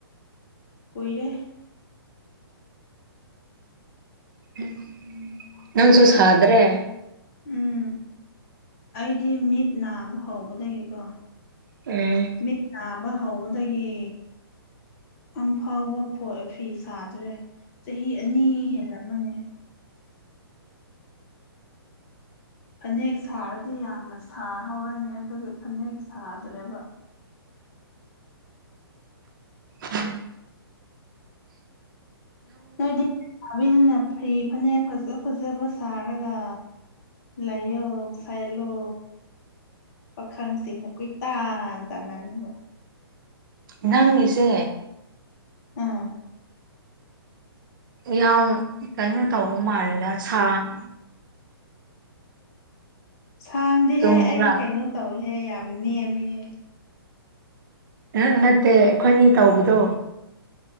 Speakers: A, on the left (about 40°); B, on the right (about 55°).
A: ꯀꯣꯏꯔ
B: ꯎꯝ ꯅꯪꯁꯨꯣꯁ꯭ꯔꯦ
A: ꯎꯝ ꯑꯩꯗꯤ ꯃꯤꯠ ꯅꯥꯕ ꯍꯧꯕꯗꯒꯤꯦꯀꯣ
B: ꯎꯝ
A: ꯃꯤꯡ ꯅꯥꯕ ꯍꯧꯕꯗꯒꯤ ꯑꯝ ꯐꯥꯎꯕ ꯐꯤ ꯁꯥꯗ꯭ꯔꯦ ꯆꯍꯤ ꯑꯅꯤ ꯍꯦꯜꯂꯃꯅꯦ ꯐꯅꯦꯛ ꯁꯥꯔꯗꯤ ꯌꯥꯝꯅ ꯁꯥꯍꯧꯔꯅꯤ ꯑꯗꯨꯒꯤ ꯐꯅꯦꯛ ꯁꯥꯗ꯭ꯔꯦꯕ
B: ꯎꯝ
A: ꯅꯣꯏꯗꯤ ꯁꯥꯕꯅꯤꯅ ꯐ꯭ꯔꯤ ꯐꯅꯦꯛ ꯐꯖ ꯐꯖꯕ ꯁꯥꯔꯒ ꯂꯥꯏꯌꯣ ꯐꯥꯏꯂꯣ ꯄꯥꯈꯪꯁꯤꯡꯅ ꯀꯨꯏ ꯇꯥꯟ ꯇꯥꯅꯅꯤꯕ
B: ꯅꯪꯂꯤꯁꯦ
A: ꯑꯥ
B: ꯌꯥꯎ ꯀꯩꯅꯣ ꯇꯧ ꯃꯥꯜꯂꯦꯗ ꯁꯥꯡ
A: ꯁꯥꯡꯗꯤꯍꯦ
B: ꯆꯨꯝꯕ꯭ꯔꯥ
A: ꯑꯩ ꯀꯩꯅꯣ ꯇꯧꯏꯍꯦ ꯌꯥꯝ ꯅꯦꯝꯃꯤꯍꯦ
B: ꯑ ꯅꯠꯇꯦ ꯑꯩꯈꯣꯏꯅꯤ ꯇꯧꯕꯗꯣ